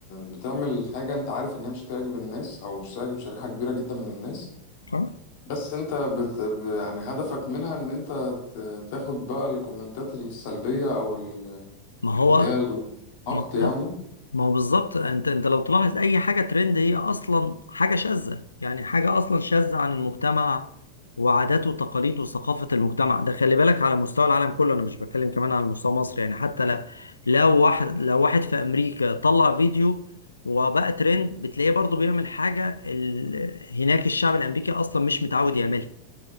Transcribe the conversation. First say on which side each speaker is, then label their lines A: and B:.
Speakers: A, on the left; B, on the left.
A: بتعمل حاجه انت عارف ان هي مش هتعجب الناس او مش هتعجب شريحه كبيره جدا من الناس
B: اه
A: بس انت بت ب- يعني هدفك منها ان انت ت- تاخد بقى الكومنتات السلبيه او ال-
B: ما هو
A: اللي هي النقد
B: ما هو
A: يعني
B: ما هو بالظبط انت انت لو تلاحظ اي حاجه ترند هي اصلا حاجه شاذه يعني حاجه اصلا شاذه عن المجتمع وعاداته وتقاليده وثقافه المجتمع ده خلي بالك على مستوى العالم كله انا مش بتكلم كمان على مستوى مصر يعني حتى لا لو واحد لو واحد في امريكا طلع فيديو وبقى ترند بتلاقيه برضه بيعمل حاجه ال... هناك الشعب الامريكي اصلا مش متعود يعملها